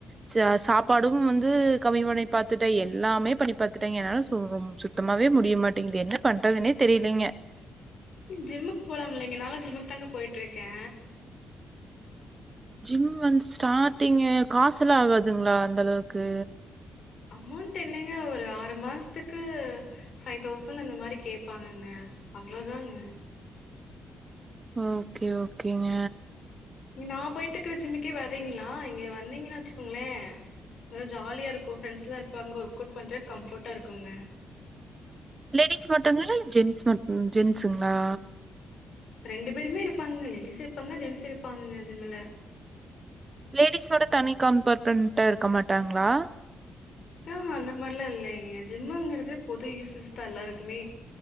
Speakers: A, on the right (about 25°); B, on the left (about 60°).
A: ச சாப்பாடு வந்து கம்மி பண்ணி பாத்துட்டே எல்லாமே பண்ணி பாத்துட்டேங்க என்னால ரொம்ப சு சுத்தமாவே முடிய மாட்டேங்குது என்ன பண்றதுனே தெரிலங்க
B: ஜிம்முக்கு போலா இல்லைங்க நாலா ஜிம்முக்கு தாங்க போயிட்டு இருக்கே
A: ஜிம் வந்து ஸ்டார்டிங்கு காசுல்லா ஆகாதுங்களா அந்த அளவுக்கு
B: அமௌண்ட் என்னங்க ஒரு ஆறு மாசத்துக்கு ஃபைவ் தௌசண்ட் அந்த மாரி கேப்பாங்கங்க அவ்ளோதாங்க
A: ஓகே ஓகேங்க
B: நா போயிட்டுக்குற ஜிம்க்கே வரீங்களா இங்க வந்தீங்கன்னு வச்சுக்கோங்ளே நல்ல ஜாலியாருக்கு ஃப்ரெண்ட்ஸ்லா இருப்பாங்க ஒர்க் அவுட் பண்ற கம்ஃபர்டா இருக்குங்க
A: லேடிஸ் மட்டுங்களா இல்ல ஜென்ஸ் மட் ஜென்ஸுங்களா
B: ரெண்டு பேருமே இருப்பாங்க லேடிஸு இருப்பாங்க ஜென்ஸ் இருப்பாங்க ஜிம்ல
A: லேடிஸ்சோட தனி கபார்டமெண்டா இருக்க மாட்டாங்களா
B: ஆஹா அந்த மாரிலா இல்லைங்க ஜிம்ங்கிறது பொது யூசஸ் தா எல்லாருக்குமே